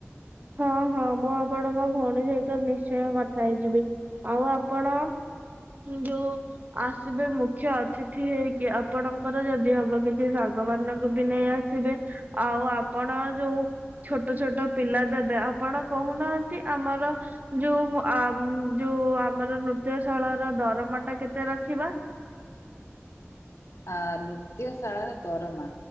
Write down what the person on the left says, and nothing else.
ଆ ନୃତ୍ୟ ଶାଳାର ଦରମା।